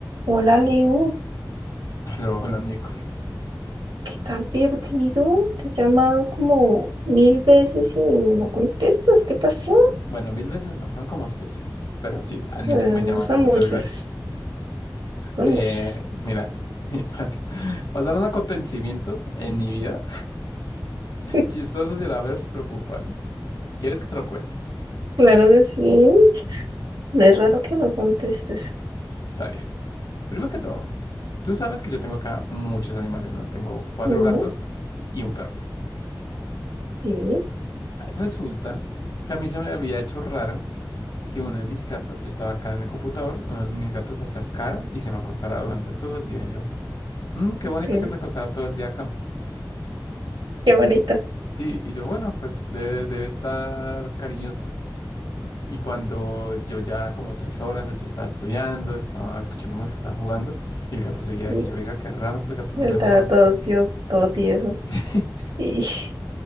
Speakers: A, on the right; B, on the left.
A: Hola Leo,
B: <laughs> Hola, hola, Nico.
A: ¿qué tan perdido? Te llaman como mil veces y no contestas. ¿Qué pasó?
B: Bueno, mil veces no, fueron como seis. Pero sí, admito
A: Bueno,
B: que me llamaste,
A: son
B: muchas
A: muchas,
B: gracias.
A: son
B: Eh,
A: muchas.
B: mira, <laughs> pasaron acontecimientos en mi vida
A: <laughs>
B: chistosos y a la vez preocupantes. ¿Quieres que te lo cuente?
A: Claro que sí. No Es raro que no contestes.
B: Está bien. Primero que todo, tú sabes que yo tengo acá muchos animales, ¿no? Tengo cuatro
A: Ujú,
B: gatos y y un perro.
A: Sí,
B: Resulta que a mí se me había hecho raro que uno de mis gatos, yo estaba acá en el computador, uno de mis gatos se acercara y se me acostara durante todo el día y yo. "Mm, qué bonito
A: qué,
B: que se acostaba todo el día acá.
A: qué bonita.
B: Y- Sí, y yo, bueno, pues debe, debe estar cariñoso. Y cuando yo ya como tres horas, yo estaba estudiando, estaba escuchando música, estaba jugando, y el gato seguía
A: Sí,
B: ahí. Yo, oiga, qué raro que el gato no
A: Y él
B: se
A: estaba
B: mueva.
A: todo tío, todo tieso.
B: <laughs>
A: Y <laughs>